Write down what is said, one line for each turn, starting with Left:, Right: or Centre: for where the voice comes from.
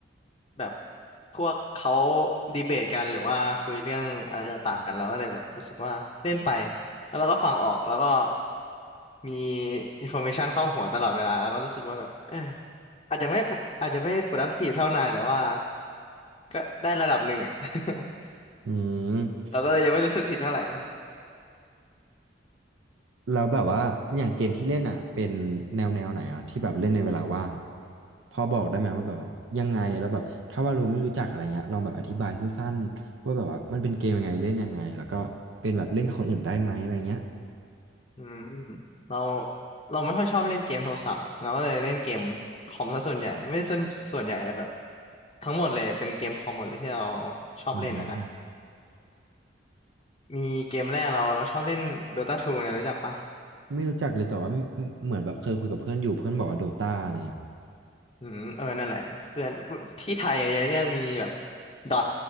Left: แบบพวกเขาดีเบตกันหรือว่าคุยเรื่องอะไรต่างๆกันเราก็เลยแบบรู้สึกว่าเล่นไปแล้วเราก็ฟังออกแล้วก็มีอินโฟ a t ชันเข้าหัวตลอดเวลาแล้วก็รู้สึกว่าแบบเอออาจจะไม่อาจจะไม่ productive เท่านายแต่ว่าก็ได้ระดับหนึ่งอะ <laughs>
Right: อืม
Left: เราก็เลยยังไม่รู้สึกผิดเท่าไหร่
Right: แล้วแบบว่าอย่างเกมที่เล่นอ่ะเป็นแนวแนวไหนอ่ะที่แบบเล่นในเวลาว่างพอบอกได้ไหมว่าแบบว่ายังไงแล้วแบบถ้าว่าเราไม่รู้จักอะไรเงี้ยลองแบบอธิบายสั้นๆว่าแบบว่ามันเป็นเกมยังไงเล่นยังไงแล้วก็เป็นแบบเล่นกับคนอื่นได้ไหมอะไรเงี้ย
Left: อืมเราเราไม่ค่อยชอบเล่นเกมโทรศัพท์เราก็เลยเล่นเกมคอมซะส่วนใหญ่ไม่ได้ส่วนส่วนใหญ่อะแบบทั้งหมดเลยเป็นเกมคอมหมดเลยที่เราชอบเล่นอ่ะนะ
Right: อืม
Left: มีเกมแรกเราเราชอบเล่น Dota ทูนะรู้จักปะ
Right: ไม่รู้จักเลยแต่ว่าเหมือนแบบเคยคุยกับเพื่อนอยู่เพื่อนบอกว่าโดตาอะไรเงี้ย
Left: อืมเออนั่นแหละเพื่อนที่ไทยจะเรียกมีแบบดอท